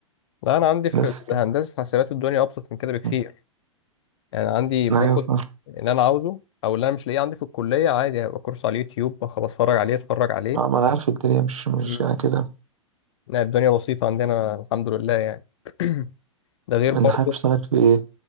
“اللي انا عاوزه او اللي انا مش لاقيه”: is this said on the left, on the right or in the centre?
Left